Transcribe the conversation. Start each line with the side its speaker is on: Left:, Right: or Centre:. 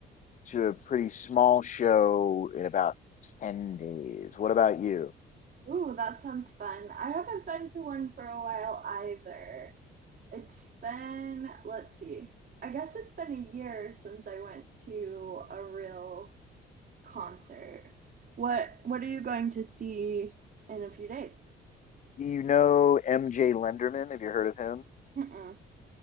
Left: to a pretty small show in about 10 days. What about you?
Right: Ooh, that sounds fun. I haven't been to one for a while either. It's been, let's see, I guess it's been a year since I went to a real concert. What what are you going to see in a few days?
Left: Do you know MJ Lenderman? Have you heard of him?
Right: Mm-mm,